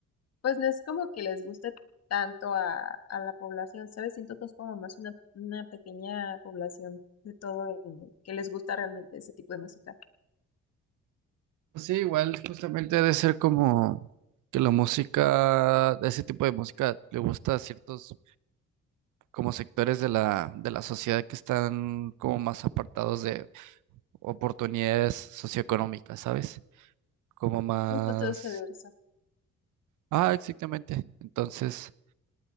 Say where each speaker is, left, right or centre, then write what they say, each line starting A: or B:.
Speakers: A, on the left; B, on the right.
A: pues no es como que les guste tanto a, a la población, ¿sabes? Siento que es como más una, una pequeña población de todo el- que les gusta realmente ese tipo de música.
B: Pues Sí, igual justamente ha de ser como que la música, ese tipo de música le gusta a ciertos como sectores de la, de la sociedad que están como más apartados de oportunidades socioeconómicas, ¿sabes? Como más...
A: Muy gustoso de ver eso.
B: Ah, exactamente. Entonces...